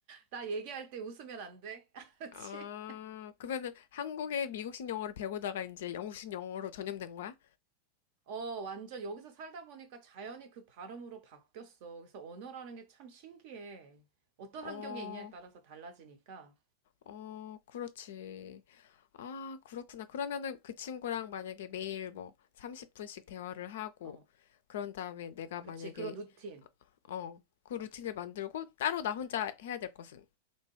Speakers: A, on the right (about 45°); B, on the left (about 55°).
A: 나 얘기할 때 웃으면 안 돼? <laughs> 알았지?
B: 아, 그러면은 한국의 미국식 영어를 배우다가 이제 영국식 영어로 전염된 거야?
A: 어, 완전 여기서 살다 보니까 자연히 그 발음으로 바뀌었어. 그래서 언어라는 게 참 신기해. 어떤
B: 어,
A: 환경에 있냐에 따라서 달라지니까.
B: 어, 그렇지. 아, 그렇구나. 그러면은 그 친구랑 만약에 매일 뭐 30분씩 대화를 하고,
A: 어.
B: 그런 다음에 내가
A: 그치,
B: 만약에
A: 그런 루틴.
B: 어, 그 루틴을 만들고 따로 나 혼자 해야 될 것은.